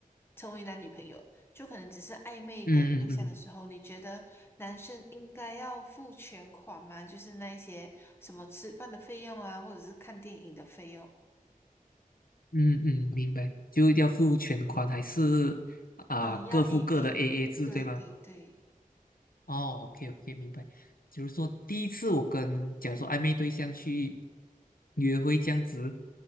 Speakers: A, on the left (about 15°); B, on the left (about 75°).
A: 成为男女朋友，就可能只是暧昧的对象的时候，
B: 嗯嗯嗯
A: 你觉得男生应该要付全款吗？就是那一些什么吃饭的费用啊，或者是看电影的费用
B: 嗯嗯，明白，就一定要付全款还是啊、
A: 啊，要
B: 各付各的
A: AA。
B: AA 制对吗？
A: 对对对，
B: 哦，OK OK，明白。就是说，第一次我跟假如说暧昧对象去约会这样子，